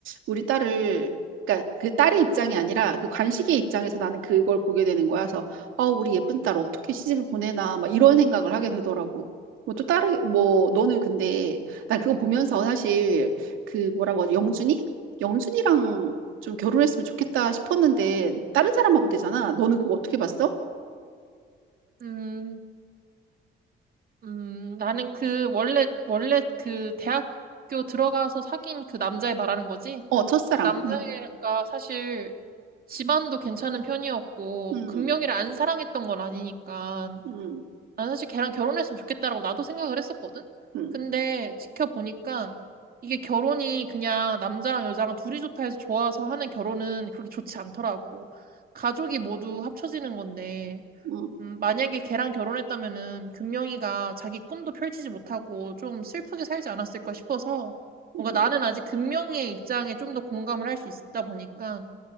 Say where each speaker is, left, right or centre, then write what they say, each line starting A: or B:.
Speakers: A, on the right; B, on the right.
A: 우리 딸을 그러니까 그 딸의 입장이 아니라 그 관식의 입장에서 나는 그걸 보게 되는 거야. 그래서 아 우리 예쁜 딸 어떻게 시집을 보내나 막 이런 생각을 하게 되더라고. 뭐 또 딸이 뭐 너는 근데 난 그거 보면서 사실 그 뭐라고 하지 영준이? 영준이랑 좀 결혼했으면 좋겠다 싶었는데 다른 사람하고 되잖아. 너는 그거 어떻게 봤어?
B: 음. 음, 나는 그, 원래, 원래 그 대학교 들어가서 사귄 그 남자애 말하는 거지?
A: 어 첫사랑.
B: 그 남자애가 사실 집안도 괜찮은 편이었고,
A: 음,
B: 금명이를 안 사랑했던 건 아니니까,
A: 음,
B: 난 사실 걔랑 결혼했으면 좋겠다라고 나도 생각을 했었거든?
A: 음,
B: 근데 지켜보니까, 이게 결혼이 그냥 남자랑 여자랑 둘이 좋다 해서 좋아서 하는 결혼은 그렇게 좋지 않더라고. 가족이 모두 합쳐지는 건데,
A: 음,
B: 음, 만약에 걔랑 결혼했다면은 금명이가 자기 꿈도 펼치지 못하고 좀 슬프게 살지 않았을까 싶어서 뭔가
A: 음,
B: 나는 아직 금명이의 입장에 좀 더 공감을 할 수 있다 보니까